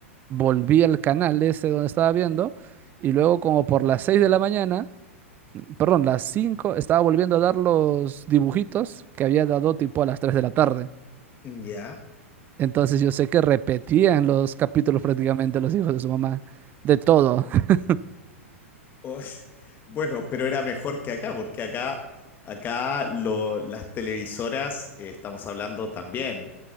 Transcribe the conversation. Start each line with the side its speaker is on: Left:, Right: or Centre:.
Right: volví al canal ese donde estaba viendo y luego como por las 6 de la mañana, mm, perdón, las 5 estaba volviendo a dar los dibujitos que había dado tipo a las 3 de la tarde.
Left: Ya.
Right: Entonces yo sé que repetían los capítulos prácticamente los hijos de su mamá, de todo. <laughs>
Left: O- <laughs> bueno, pero era mejor que acá, porque acá, acá lo- las televisoras, eh, estamos hablando también,